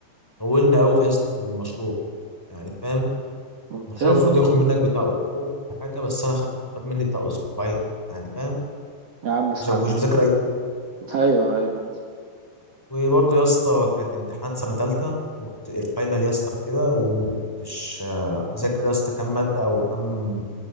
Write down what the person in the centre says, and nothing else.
طولنا قوي يا اسطى في المشروع يعني فاهم
المشروع المفروض
ياخد منك بتاع اسبوع ولا حاجه بس انا خدت خد مني بتاع اسبوعين يعني فاهم
عشان ما كنتش بذاكر اي
وبرضه يا اسطى كانت امتحانات سنه ثالثه وكنت الفاينل يا اسطى كده ومكنتش آه، مذاكر يا اسطى كام ماده او كام